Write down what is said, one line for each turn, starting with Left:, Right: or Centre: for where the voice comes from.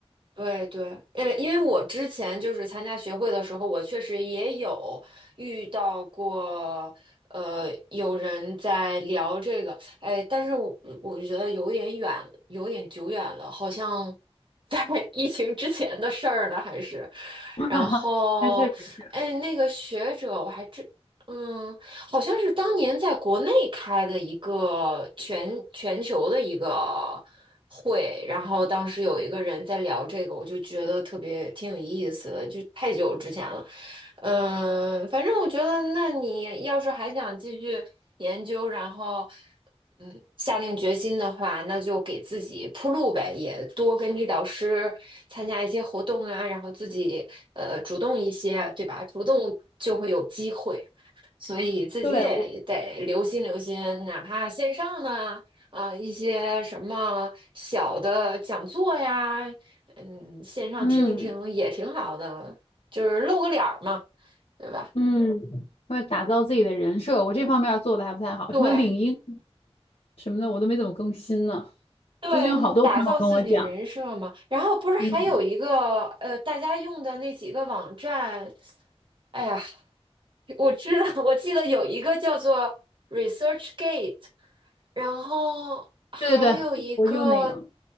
Right: 对对，呃，因为我之前就是参加学会的时候，我确实也有遇到过，呃，有人在聊这个，哎，但是我我觉得有点远，有点久远了，好像在 <laughs> 疫情之前的事儿呢，还是，
Left: <laughs>
Right: 然后，
Left: 那确实是，
Right: 哎，那个学者我还真，嗯，好像是当年在国内开的一个全全球的一个。会，然后当时有一个人在聊这个，我就觉得特别挺有意思的，就太久之前了。嗯，反正我觉得，那你要是还想继续研究，然后嗯下定决心的话，那就给自己铺路呗，也多跟你导师参加一些活动啊，然后自己呃主动一些，对吧？主动就会有机会。所以自己也得留心留心，
Left: 对，我，
Right: 哪怕线上呢，啊、一些什么小的讲座呀，嗯，线上听一听也挺好的，
Left: 嗯
Right: 就是露个脸儿嘛，对吧？
Left: 嗯，为了打造自己的人设，我这方面儿做的还不太好，
Right: 对，
Left: 什么领英什么的，我都没怎么更新呢。
Right: 对你打造自己人设嘛。
Left: 最近有好多朋友跟我讲，
Right: 然后不是还有一个呃，
Left: 嗯，
Right: 大家用的那几个网站，哎呀，我知道，我记得有一个叫做 ResearchGate。然后还有一个，
Left: 对对对，我用那个，